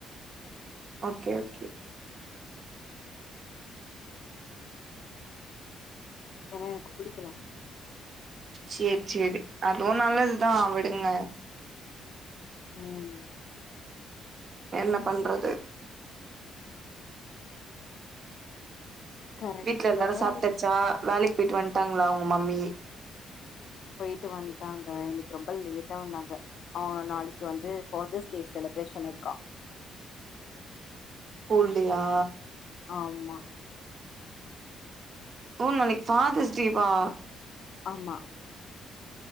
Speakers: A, on the right; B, on the left.
A: ஓகே ஓகே
B: ஏன்னா எனக்கு புடிக்கல
A: சேரி சேரி அதுவு நல்லதுதா விடுங்க
B: ம்
A: என்ன பண்றது
B: கரெக்டா
A: வீட்ல எல்லாரு
B: தா
A: சாப்ட்டாச்சா
B: ஒரு
A: வேலைக் போய்ட்டு வந்ட்டாங்களா உங்க மம்மி
B: போயிட்டு வந்ட்டாங்க இன்னக்கி ரொம்ப லேட்டா வந்தாங்க. ஆ நாளைக்கி வந்து ஃபாதர்ஸ் டே செலிப்ரேஷன் இருக்கா
A: ஸ்கூல்லயா?
B: ஆமா
A: ஓ நாளைக்கி ஃபாதர்ஸ் டேவா
B: ஆமா